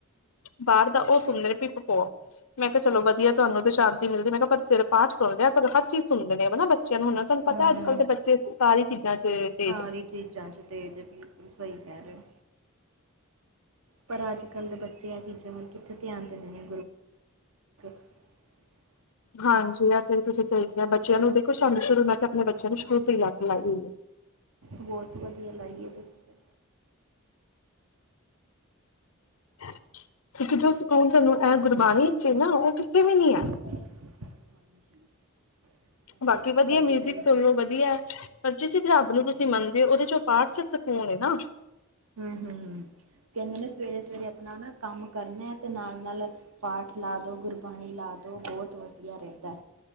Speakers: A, on the left; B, on the right.
A: ਬਾਹਰ ਦਾ, ਉਹ ਸੁਣਦੇ ਨੇ ਪਿਕ-ਪੋਕ। ਮੈਂ ਕਿਹਾ, ਚਲ ਵਧੀਆ, ਤੁਹਾਨੂੰ ਤਾਂ ਸ਼ਾਂਤੀ ਮਿਲਦੀ, ਮੈਂ ਕਿਹਾ, ਪਰ ਸਵੇਰੇ ਪਾਠ ਸੁਣ ਲਿਆ ਕਰੋ। ਹਰ ਚੀਜ਼ ਸੁਣਦੇ ਨੇ <unintelligible> ਬੱਚਿਆਂ ਨੂੰ ਹੁੰਦਾ ਤੁਹਾਨੂੰ ਪਤਾ
B: ਹਮ
A: ਅੱਜ- ਕੱਲ੍ਹ ਦੇ ਬੱਚੇ ਸਾਰੀ ਚੀਜ਼ਾਂ ਚ ਤੇਜ਼
B: ਸਾਰੀ
A: ਨੇ।
B: ਚੀਜ਼ਾਂ ਚ <unintelligible> ਬਿਲਕੁਲ ਸਹੀ ਕਹਿ ਰਹੇ ਹੋ ਪਰ, ਅੱਜ -ਕੱਲ ਦੇ ਬੱਚੇ ਇਹ ਚੀਜ਼ਾਂ ਵੱਲ, ਕਿੱਥੇ ਧਿਆਨ ਦਿੰਦੇ ਨੇ, <unintelligible>
A: ਹਾਂਜੀ, ਆ ਤੇ ਤੁਸੀਂ ਸਹੀ ਕਿਹਾ, ਬੱਚਿਆਂ ਨੂੰ ਦੇਖੋ, ਸਾਨੂੰ ਸ਼ੁਰੂ, ਮੈੰ ਤੇ ਅਪਣੇ ਬੱਚਿਆਂ ਨੂੰ, ਸ਼ੁਰੂ ਤੋਂ ਹੀ ਲਤ ਲਾਈ ਹੋਈ ਹੈ।
B: ਬਹੁਤ ਵਧੀਆ ਲਾਈ ਹੈ ਤੁਸੀਂ। ਫਿਰ
A: ਕਿਉਂਕਿ ਜੋ, ਸਕੂਨ ਸਾਨੂੰ ਇਹ ਗੁਰਬਾਣੀ ਚ ਏ ਨਾ, ਉਹ ਕਿੱਤੇ ਵੀ ਨੀ ਹੈ।
B: ਹਾਂਜੀ। ਇਹ
A: ਬਾਕੀ
B: ਤਾਂ ਸਹੀ
A: ਵਧੀਆ,
B: ਕਹਿ
A: ਮਿਊਜਿਕ
B: ਰਹੇ ਹੋ
A: ਸੁਣ
B: ਤੁਸੀਂ
A: ਲੋ ਵਧੀਆ। ਪਰ, ਜਿਸ ਵੀ ਰੱਬ ਨੂੰ ਤੁਸੀਂ ਮੰਨਦੇ ਹੋ, ਉਹਦੇ ਚ ਪਾਠ ਸਕੂਨ ਨਾ।
B: ਹੂੰ -ਹੂੰ। ਕਹਿੰਦੇ ਨੇ ਸਵੇਰੇ-ਸਵੇਰੇ ਆਪਣਾ ਕੰਮ ਕਰਨਾ ਹੈ, ਅਤੇ ਨਾਲ-ਨਾਲ ਪਾਠ ਲਾ ਦਿਉ। ਗੁਰੂ- ਬਾਣੀ ਲਾ ਦੋ, ਬਹੁਤ ਵਧੀਆ ਰਹਿੰਦਾ।